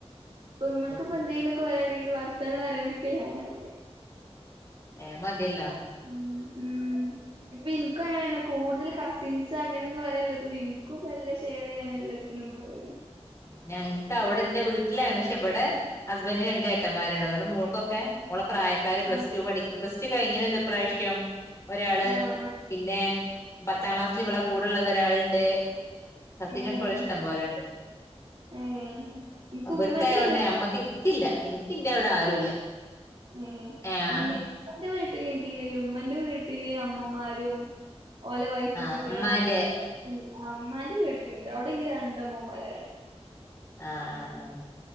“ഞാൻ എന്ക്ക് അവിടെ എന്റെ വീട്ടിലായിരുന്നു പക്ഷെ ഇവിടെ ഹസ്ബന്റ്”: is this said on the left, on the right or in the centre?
Left